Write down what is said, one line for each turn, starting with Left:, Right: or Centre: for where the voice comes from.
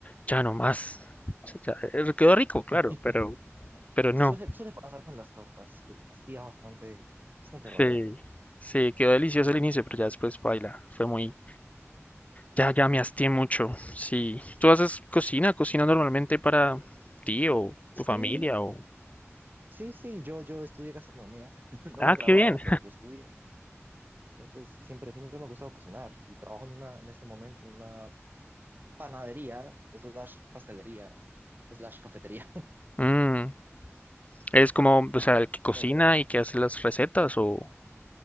Left: ya no más. O sea, ya, eh, quedó rico, claro,
Right: <laughs>
Left: pero, pero no.
Right: Suele, suele pasar con las tortas, eh, hacía bastante, bastante rápido.
Left: Sí, sí quedó delicioso al inicio, pero ya después baila. Fue muy, Ya, ya me hasté mucho. Sí. ¿Tú haces cocina? ¿Cocina normalmente para ti o tu familia?
Right: Sí,
Left: O...
Right: sí, sí, yo, yo estudié gastronomía, <laughs> no
Left: Ah,
Right: me he graduado,
Left: qué bien.
Right: pero yo estudié. Entonces, siempre, siempre me ha gustado cocinar y trabajo en una, en este momento en una panadería, slash pastelería, slash cafetería.
Left: Mm, ¿eres como, o sea, el que cocina
Right: <laughs> ¿sabes?
Left: y que hace las recetas o...?